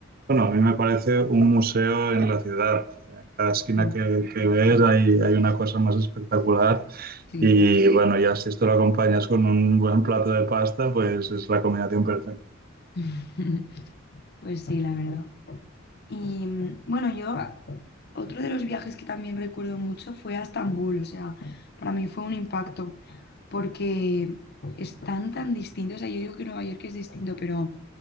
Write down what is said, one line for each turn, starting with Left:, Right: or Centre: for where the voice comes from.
Right: bueno, a mí me parece un museo en la ciudad. En cada esquina
Left: Mm,
Right: que, que ves hay, hay una cosa más espectacular
Left: Sí,
Right: y bueno, ya si esto lo acompañas con un buen plato de pasta, pues es la combinación perfecta.
Left: <laughs> pues sí, la verdad. Y mm, bueno, yo otro de los viajes que también recuerdo mucho fue a Estambul, o sea, para mí fue un impacto porque están tan distintos, o sea, yo digo que Nueva York es distinto, pero